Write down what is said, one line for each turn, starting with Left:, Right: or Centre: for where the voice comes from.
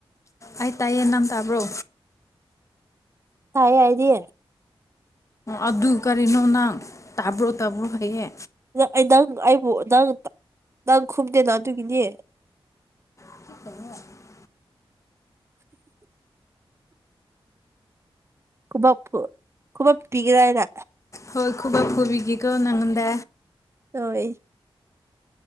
Left: ꯑꯩ ꯇꯥꯏꯌꯦ ꯅꯪ ꯇꯥꯕ꯭ꯔꯣ
Right: ꯇꯥꯏ ꯑꯩꯗꯤ
Left: ꯑꯗꯨ ꯀꯔꯤꯅꯣ ꯅꯪ ꯇꯥꯕ꯭ꯔꯣ ꯇꯥꯕ꯭ꯔꯣ ꯍꯥꯏꯌꯦ
Right: ꯑꯩ ꯅꯪ ꯑꯩꯕꯨ ꯅꯪ ꯅꯪ ꯈꯨꯝꯗꯦꯅ ꯑꯗꯨꯒꯤꯅꯤ
Left: <unintelligible>
Right: ꯈꯨꯕꯥꯛꯄꯨ ꯈꯨꯕꯞ ꯄꯤꯒꯦꯔ ꯍꯥꯏꯅ
Left: ꯍꯣꯏ ꯈꯨꯕꯥꯛ ꯈꯨꯨꯕꯤꯒꯤꯀꯣ ꯅꯪꯉꯣꯟꯗ
Right: ꯍꯣꯏ